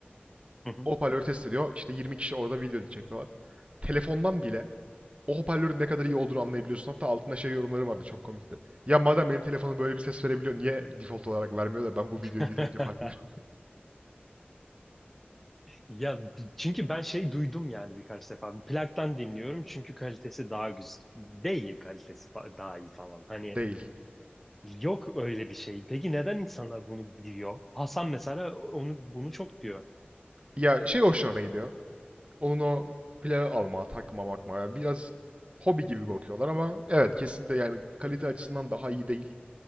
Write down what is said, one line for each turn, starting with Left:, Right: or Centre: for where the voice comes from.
Centre: Hı hı.
Right: O hoparlörü test ediyor. İşte 20 kişi orada video çekiyorlar. Telefondan bile o hoparlörün ne kadar iyi olduğunu anlayabiliyorsun. Hatta altında şey yorumları vardı çok komikti. Ya madem benim telefonum böyle bir ses verebiliyor niye default olarak vermiyor da ben bu
Centre: <laughs>
Right: videoyu izleyince fark ederim.
Centre: Ya çünkü ben şey duydum yani birkaç defa. Plaktan dinliyorum çünkü kalitesi daha güzel. Değil kalitesi fa- daha iyi falan.
Right: <laughs>
Centre: Hani
Right: Değil.
Centre: yok öyle bir şey. Peki neden insanlar bunu diyor? Hasan mesela onu bunu çok diyor.
Right: Ya şey hoşlarına gidiyor. Onun o plağı alma, takma, bakma. Biraz hobi gibi bakıyorlar ama evet kesinlikle yani kalite açısından daha iyi değil.